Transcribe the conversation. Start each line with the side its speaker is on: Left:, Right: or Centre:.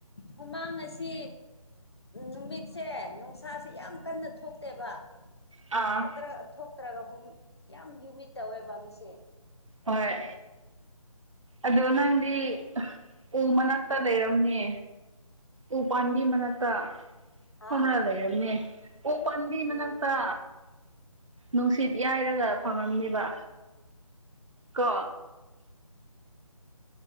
Left: ꯍꯃꯥꯡ ꯑꯁꯤ ꯅꯨꯃꯤꯠꯁꯦ ꯎꯁꯥꯁꯦ ꯌꯥꯝ ꯀꯟꯅ ꯊꯣꯛꯇꯦꯕ
Right: ꯑꯥ
Left: ꯊꯠꯇ꯭ꯔ ꯅꯠꯇ꯭ꯔꯒ ꯍꯍꯨꯝ ꯌꯥꯝ ꯌꯨꯅꯤꯠ ꯇꯧꯋꯦꯕ ꯑꯁꯦ
Right: ꯍꯣꯏ ꯑꯗꯣ ꯅꯪꯗꯤ ꯎ ꯃꯅꯥꯛꯇ ꯂꯩꯔꯝꯅꯤ ꯎ ꯄꯥꯝꯕꯤ ꯃꯅꯥꯛꯇ
Left: ꯍꯥ
Right: ꯈꯣꯔ ꯂꯩꯔꯝꯅꯦ ꯎ ꯄꯥꯝꯕꯤ ꯃꯅꯥꯛꯇ
Left: ꯎꯝ
Right: ꯅꯨꯡꯁꯤꯠ ꯌꯥꯏꯔꯒ ꯐꯪꯉꯝꯅꯦꯕ ꯀ